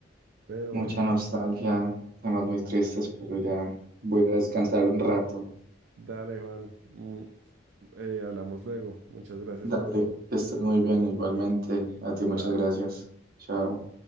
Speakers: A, on the right; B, on the right.
A: Pero
B: mucha
A: bueno,
B: nostalgia, temas muy tristes, pero ya voy a descansar un rato.
A: dale, Juan. Mm, eh, hablamos luego. Muchas gracias
B: Dale,
A: por todo.
B: que estés muy bien igualmente. A ti muchas
A: Chao.
B: gracias. Chao.